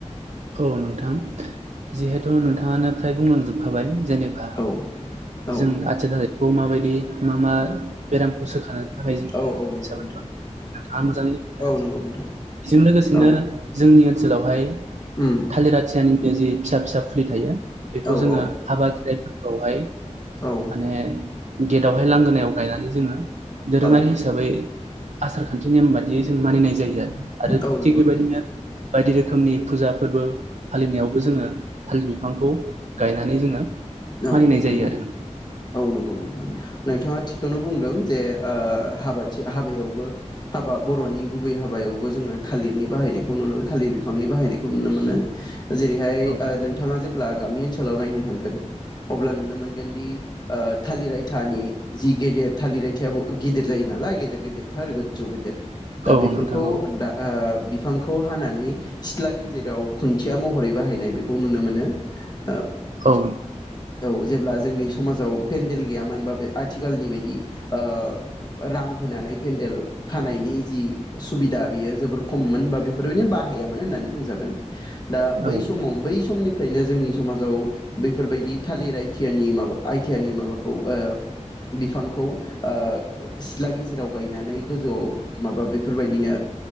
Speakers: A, on the right; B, on the left.
A: औ नोंथां जिहेथु नोंथाङानो फ्राय बुंलांजोबखाबाय। जेनेबा
B: औ औ
A: जों आथिया थालिर खौ माबायदि मा मा बेरामखौ सोखानो थाखाय जों दोरोङारि
B: औ औ नंगौ
A: हिसाबै
B: नोंथां
A: बाहायो नोंथाङा मोजाङैनो फोरमायलांजोबबाय
B: औ नंगौ नोंथां
A: बेजों लोगोसेनो
B: औ
A: जोंनि ओनसोलावहाय
B: उम
A: थालिर आथियानि बे जि फिसा फिसा फुलि थायो बेखौ
B: औ
A: जोङो
B: औ
A: हाबा <unintelligible> बेवहाय
B: औ
A: माने गेटआवहाय लांगोनायाव गायनानै जोङो दोरोङारि
B: औ
A: हिसाबै आसारखान्थि नेम बादियै जों मानिनाय जायो आरो आरो
B: औ नंगौ
A: थिग बेबायदिनो
B: नोंथां
A: बायदि रोखोमनि फोरबो फालि नियावबो जोङो थालिर बिफांखौ गायनानै जोङो
B: औ
A: मानिनाय
B: नंगौ
A: जायो आरो नोंथां
B: औ नंगौ नोंथाङा। नोंथाङा थिखौनो बुंदों। जे ओ हाबाथि हाबायावबो हाबा बर'नि गुबै हाबायावबो जोङो थालिरनि बाहायनायखौ नुनो मोनो। थालिर बिफांनि बाहायनायखौ नुनो मोनो। जेरैहाय
A: औ नोंथां
B: ओ नों जेब्ला गामि ओनसोलाव नायनो थांगोन अब्ला नुनो मोनगोनदि ओ थालिर आयथानि जि गेदेर थालिर आयथाबो गिदिर जायो नालाय गेदेर गेदेरथार आरो गोजौ गोदोर। दा
A: औ
B: बेफोरखौ
A: नोंथां औ
B: दा ओ बिफांखौ हानानै सिथ्ला गेजेराव खुन्थिया महरै बाहायनाय बेखौ नुनो मोनो। नो
A: औ
B: औ जेब्ला जोंनि समाजाव पेन्देल गैयामोन बा बे आथिखालनि बायदि ओ रां होनानै पेन्देल खानायनि जि सुबिदा बेयो जोबोर खममोन बा बेफोरैनो बाहायामोन होननानै बुंजागोन। दा बै
A: औ
B: समाव बै समनि ओफ्रायनो जोंनि समाजाव बेफोरबायदि थालिर आइथियानि माबा आइथियानि माबाखौ अ बिफांखौ अ सिथ्ला गेजेराव गायनानै गोजौआव माबा बेफोरबायदिनो